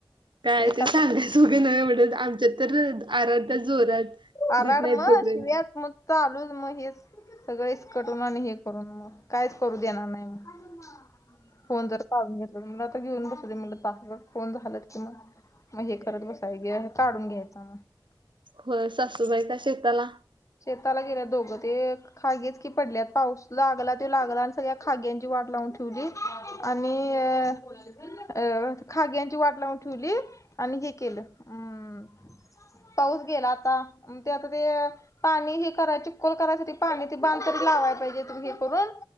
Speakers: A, on the right; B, on the left.
A: काय
B: एक
A: ते
B: आता
A: सांगयचे वगैरे नाय एवढचं आमच्यात तर आराध्या जोरात
B: आराड
A: देत नाहीत
B: मग
A: तोपर्यंत
B: शिव्याच मग चालू म हेच. सगळ ईसकटून आणि हे करून म कायच करू देणार नाही म. फोन जर काडून घेतला म आता घेऊन बसूदे म्हणलं तासभर फोन झालंत कि मग मग हे करत बसाय ग काढून घ्यायचा.
A: होय सासूबाई काय शेताला?
B: शेताला गेल्या दोघं ते एक खागिच की पडलेत पाऊस लागला त लागला आण सगळ्या खाग्यांची वाट लावून ठेवली. आणि अ अ खाग्यांची वाट लावून ठेवली आणि हे केलं अं पाऊस गेला आता म ते आता ते. पाणी हे कराय चिकूल करायसाठी पाणी तरी बांधतरी लावाय पाहिजे तु हे करून.